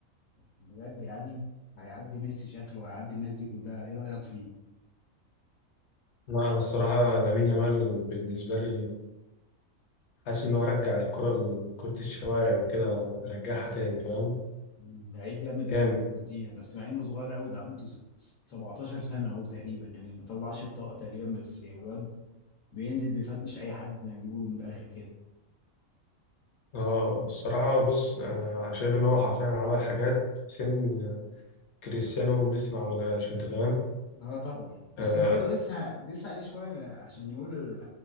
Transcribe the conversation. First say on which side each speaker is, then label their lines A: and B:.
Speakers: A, on the left (about 85°); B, on the left (about 65°).
A: بجد يعني هيعدي ميسي شكله وهيعدي الناس دي كلها ايه رايك فيه
B: لا انا الصراحه لامين يامال بالنسبه لي حاسس ان هو رجع الكره لكره الشوارع وكده رجعها تاني فاهم
A: مم، لعيب جامد قوي
B: جامد
A: من المزينه بس مع انه صغير قوي ده عنده ست- 17 سنه اهو تقريبا يعني ما طلعش الطاقه تقريبا بس الواد بينزل بيفتش اي حد زي ما بيقولوا من الاخر كده
B: اه الصراحه بص انا شايف ان هو حرفيا عمل حاجات في سن كريستيانو وميسي ما عملهاش انت فاهم
A: اه طبعا بس
B: آه,
A: برضه لسه لسه عليه شويه ل- عشان يقول ال-